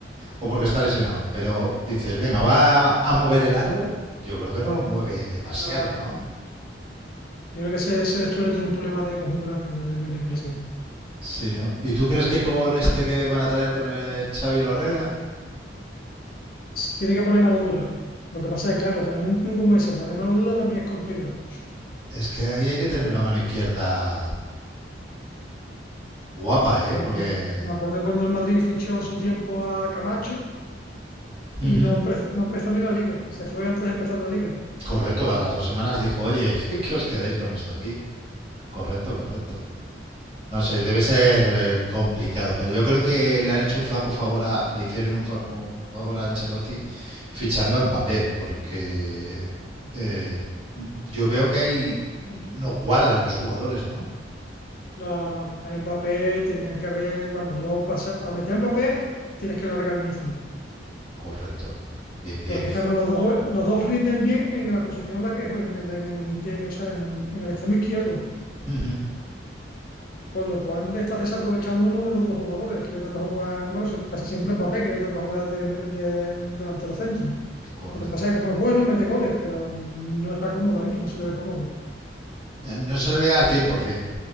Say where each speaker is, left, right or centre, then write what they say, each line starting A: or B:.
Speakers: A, on the right (about 30°); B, on the left (about 50°).
A: o porque está lesionado. Pero dices, venga, va a mover el árbol. Yo creo que no lo mueve demasiado,
B: No, no.
A: ¿no?
B: Yo creo que ese, ese vestuario tiene un problema de egos muy grande, me da a mí la impresión.
A: Sí, ¿no? ¿Y tú crees que con este que van a traer con el Xavi lo arregla?
B: Tiene que poner mano dura. Lo que pasa es, que, claro, en un club como ese, poner mano dura también es complicado.
A: Es que ahí hay que tener una mano izquierda guapa, ¿eh?
B: Porque
A: Porque...
B: me acuerdo cuando el Madrid fichó en su tiempo a Camacho y
A: Ujú.
B: no empezó, no empezó ni la liga. Se fue antes de empezar la liga.
A: Correcto, a las dos semanas dijo, oye, <laughs> que os quedáis con esto aquí. Correcto, correcto. No sé, debe ser eh, complicado, pero yo creo que le han hecho un flaco favor a, le hicieron un flaco favor a Ancelotti fichando a Mbappé, porque eh, yo veo que ahí no cuadran los jugadores, ¿no?
B: No, no, a Mbappé tenían que haber, vamos, yo pasa, para meter a Mbappé tienes que largar a Vinicius,
A: Correcto. Bien, bien.
B: porque es que además los dos, jue- los dos rinden bien en la posición en la que juegan, en el, en el inter- o sea, en, en el extremo izquierdo,
A: <laughs> Ujú,
B: con lo cual le estás desaprovechando uno de los dos jugadores, que le toca jugar, bueno, se- casi siempre a Mbappé, que le toca jugar de, de- delantero centro.
A: Correcto.
B: Lo que pasa es que como es bueno, mete goles, pero no está cómodo ahí, no se le ve cómodo.
A: Eh, No se le ve al 100%.